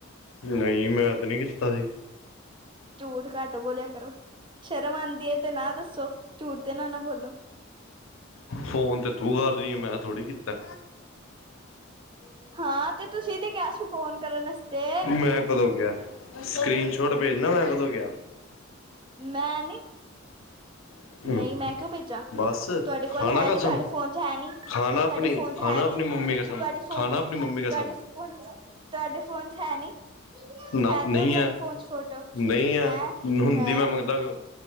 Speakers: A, on the left; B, on the right.
A: ਨਹੀਂ, ਮੈਂ ਤੇ ਨਹੀਂ ਕੀਤਾ ਸੀ।
B: ਝੂਠ ਘੱਟ ਬੋਲਿਆ ਕਰੋ, ਸ਼ਰਮ ਆਉਂਦੀ ਹੈ ਤੇ ਨਾ ਦੱਸੋ, ਝੂਠ ਤੇ ਨਾ, ਨਾ ਬੋਲੋ।
A: ਫੋਨ ਤੇ ਤੂੰ ਕਰ ਰਹੀ, ਮੈਂ ਥੋੜ੍ਹੀ ਕੀਤਾ।
B: ਹਾਂ ਤੇ ਤੁਸੀਂ ਤੇ ਕਿਹਾ ਸੀ ਫੋਨ ਕਰਨ ਵਾਸਤੇ
A: ਮੈਂ ਕਦੋਂ ਕਿਆ, ਸਕਰੀਨ ਸ਼ੋਟ ਭੇਜਣਾ, ਮੈਂ ਕਦੋਂ ਕਿਆ?
B: ਮੈਂ ਨੀ,
A: ਸ਼ਾਟ
B: ਨਹੀਂ ਮੈਂ ਕਿਉਂ ਭੇਜਾ?
A: ਬਸ
B: ਤੁਹਾਡੇ ਕੋਲ
A: ਖਾਣਾ
B: ਹੈ ਨੀ,
A: ਕਸਮ
B: ਤੁਹਾਡੇ ਫੋਨ 'ਚ ਹੈ ਨੀ। ਤੁਹਾਡੇ
A: ਖਾਣਾ ਆਪਣੀ
B: ਫੋਨ ਤੇ
A: ਖਾਣਾ
B: ਹੈ ਨੀ,
A: ਆਪਣੀ ਮੰਮੀ ਕਸਮ
B: ਤੁਹਾਡੇ ਫੋਨ,
A: ਖਾਣਾ ਆਪਣੀ ਮੰਮੀ
B: ਤੁਹਾਡੇ
A: ਕਸਮ
B: ਫ ਤੁਹਾਡੇ ਫੋਨ 'ਚ ਹੈ ਨੀ,
A: ਨਾ
B: ਹੈ ਤੇ
A: ਨਹੀਂ
B: ਹੈ ਤੁਹਾਡੇ ਫੋਨ 'ਚ ਫੋਟੋ।
A: ਨਹੀਂ ਐ,
B: ਹੈ
A: ਹੁੰਦੀ
B: ਹੈ
A: ਮੈਂ ਮੰਗਦਾ ਕਿਂੳ?